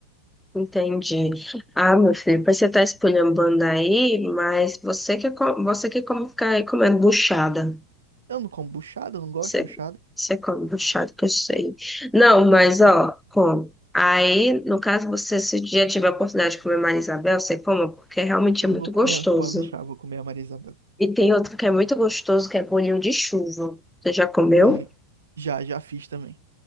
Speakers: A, in the centre; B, on the right.
A: Entendi. Ah, meu filho, pois você tá esculhambando aí, mas você que, co- você que come, ficar aí comendo buchada.
B: Eu não como buchada, eu não gosto
A: Você,
B: de buchada.
A: você come puxado que eu sei. Não,
B: Como
A: mas
B: não?
A: ó, come. Aí, no caso, você, se um dia tiver a oportunidade de comer Maria Isabel, você coma, porque realmente
B: Eu
A: é muito
B: vou comer,
A: gostoso.
B: pode deixar, eu vou comer a marisamba.
A: E tem outro que é muito gostoso, que é bolinho de chuva. Você já comeu?
B: Bolinho. Já, já fiz também.